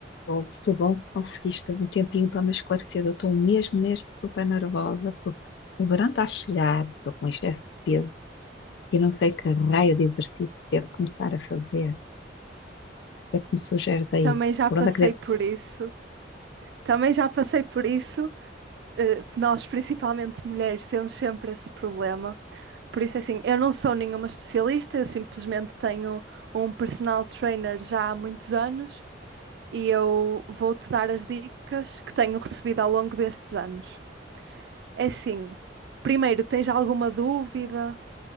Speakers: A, on the left (about 65°); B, on the right (about 65°).
A: Oh, que bom que conseguiste um tempinho para me esclarecer. Eu estou mesmo, mesmo super nervosa porque o verão está a chegar, estou com um excesso de peso e não sei que raio de exercício devo começar a fazer. O que é que me sugeres aí?
B: Também já
A: Por
B: passei
A: onde é que devo
B: por isso. Também já passei por isso. Eh, Nós, principalmente mulheres, temos sempre esse problema. Por isso, assim, eu não sou nenhuma especialista, eu simplesmente tenho um personal trainer já há muitos anos e eu vou-te dar as dicas que tenho recebido ao longo destes anos. É assim, primeiro, tens alguma dúvida?